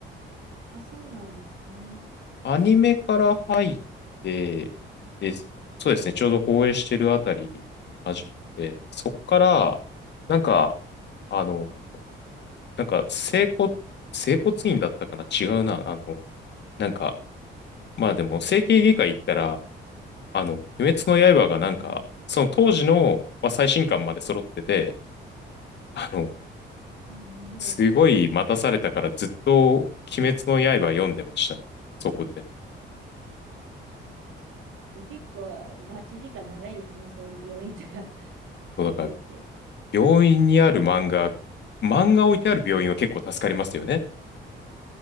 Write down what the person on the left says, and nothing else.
アニメから入って、で、そうですね。ちょうど放映してるあたり、始めて、そっから、なんか、あの、なんか、整骨、整骨院だったかな違うな。あの、なんか、まあでも、整形外科行ったら、あの、鬼滅の刃がなんか、
その当時の、まあ、最新刊まで揃ってて、あの、
すごい待たされたからずっと鬼滅の刃読んでましたね。そこで。
そうだから、病院にある漫画、漫画置いてある病院は結構助かりますよね。